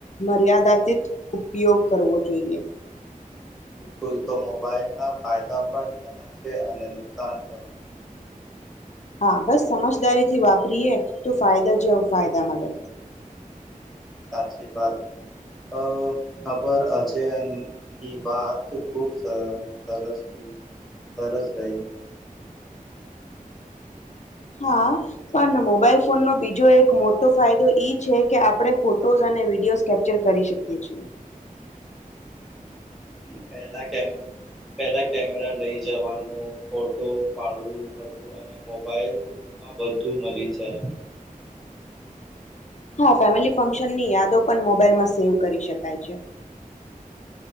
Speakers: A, on the left (about 50°); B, in the centre.
A: મર્યાદાતિત ઉપયોગ કરવો જોઈએ.
B: બિલકુલ તો મોબાઈલ ના ફાયદા પણ ઘણા છે અને નુકસાન પણ
A: હા બસ સમજદારીથી વાપરીએ તો ફાયદા જવ ફાયદા મળે
B: સાચી વાત અ ખબર અજયની વાત ખુબ સરસ થી સરસ રહી
A: હા પણ મોબાઈલ ફોનનો બીજો એક મોટો ફાયદો ઈ છે કે આપણે ફોટોઝ અને વિડીિયોઝ કેપ્ચર કરી શકીએ છીએ
B: પલા પહેલા કેમેરા લઈ જવાનું ફોટો પાડવું હતું અને મોબાઈલમાં બધું મળી જાય
A: હા ફેમિલી ફંક્શનની યાદો પણ મોબાઈલમાં સેવ કરી શકાય છે.